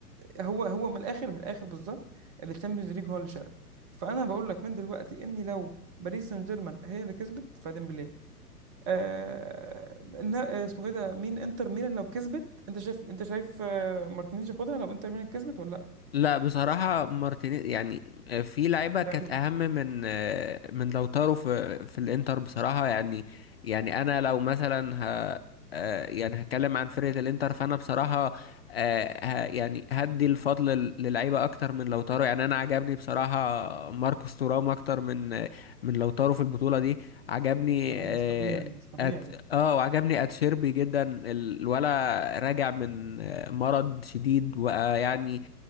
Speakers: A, on the right; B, on the left.
A: آه، هو هو من الاخر من الاخر بالظبط اللي الشامبيونز ليج هو اللي شاله فانا بقول لك من دلوقتي اني لو باريس سان جيرمان هي اللي كسبت فديمبلي آه إن- آه، اسمه ايه ده مين انتر ميلان لو كسبت انت شايف انت شايف آه، مارتينيز ياخدها لو انتر ميلان كسبت ولا لا
B: لا بصراحة مارتينيز يعني آه، في لعيبة
A: بعيد
B: كانت أهم من آه، من لوتارو في في الإنتر بصراحة يعني يعني أنا لو مثلا ه آه، يعني هتكلم عن فرقة الإنتر فأنا بصراحة آه، ه- يعني هدي الفضل لل- للعيبة أكتر من لوتارو يعني أنا عجبني بصراحة ماركوس تورام أكتر من آه، من لوتارو في البطولة دي عجبني
A: كلام
B: آه،
A: مش طبيعي مش طبيعي
B: أت... اه وعجبني اتشيربي جدا ال- الولا راجع من آه، مرض شديد ويعني